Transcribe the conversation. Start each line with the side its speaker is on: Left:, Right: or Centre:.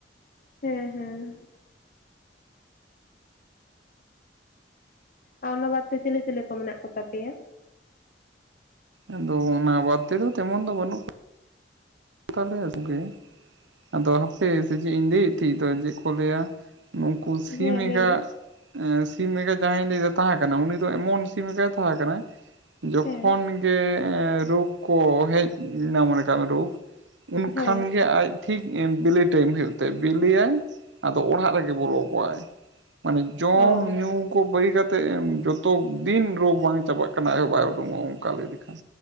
Left: ᱦᱮᱸ ᱦᱮᱸ᱾ ᱟᱨ ᱚᱱᱟ ᱵᱟᱫ ᱛᱮ ᱪᱤᱞᱤ ᱪᱤᱞᱤ ᱠᱚ ᱢᱮᱱᱟᱜ ᱠᱚ ᱛᱟᱯᱮᱭᱟ?
Right: ᱟᱫᱚ ᱚᱱᱟ ᱵᱟᱫ ᱛᱮᱫᱚ ᱛᱮᱢᱚᱱ ᱫᱚ ᱵᱟᱹᱱᱩᱜ ᱠᱚ ᱛᱟᱞᱮᱭᱟ ᱠᱚᱜᱮ᱾ ᱟᱫᱚ ᱦᱟᱯᱮ ᱥᱮ ᱪᱮᱫ ᱤᱧ ᱞᱟᱹᱭᱮᱫ ᱛᱟᱦᱮᱸ ᱫᱚ ᱪᱮᱫ ᱠᱚ ᱞᱟᱹᱭᱟ ᱱᱩᱠᱩ ᱥᱤᱢ
Left: ᱦᱮᱸ
Right: ᱮᱸᱜᱟ
Left: ᱞᱟᱹᱭ ᱢᱮ
Right: ᱮᱸ ᱥᱤᱢ ᱮᱸᱜᱟ ᱡᱟᱦᱟᱸᱭᱮᱤᱧ ᱞᱟᱹᱭᱫᱟ ᱛᱟᱦᱮᱸ ᱠᱟᱱᱟ ᱩᱱᱤ ᱫᱚ ᱮᱢᱚᱱ ᱥᱤᱢ ᱮᱸᱜᱟᱭ ᱛᱟᱦᱮᱸ ᱠᱟᱱᱟᱭ ᱡᱚᱠᱷᱚᱱ
Left: ᱦᱮᱸ
Right: ᱜᱮ ᱨᱳᱜᱽ ᱠᱚ ᱦᱮᱡ ᱱᱟ ᱢᱚᱱᱮ ᱠᱟᱜ ᱢᱮ ᱨᱳᱜᱽ᱾ ᱩᱱᱠᱷᱟᱱᱜᱮ
Left: ᱦᱳᱭ
Right: ᱟᱡ ᱴᱷᱤᱠ ᱵᱤᱞᱤ ᱴᱟᱭᱤᱢ ᱦᱩᱭᱩᱜ ᱛᱟᱭᱟ᱾ ᱵᱤᱞᱤᱭᱟᱭ ᱟᱫᱚ ᱚᱲᱟᱜ ᱨᱮᱜᱮ ᱵᱚᱞᱚ ᱠᱚᱜ-ᱟᱭ᱾ ᱢᱟᱱᱮ ᱡᱚᱢ
Left: ᱚ
Right: ᱧᱩ ᱠᱚ ᱵᱟᱹᱜᱤ ᱠᱟᱛ ᱛᱮ ᱮᱢ ᱡᱚᱛᱚ ᱫᱤᱱ ᱨᱳᱜᱽ ᱵᱟᱝ ᱪᱟᱵᱟᱜ ᱠᱟᱱᱟ ᱟᱡ ᱦᱚᱸ ᱵᱟᱭ ᱩᱰᱩᱠᱚᱜ-ᱟ ᱚᱱᱠᱟ ᱞᱟᱹᱭ ᱞᱮᱠᱷᱟᱱ᱾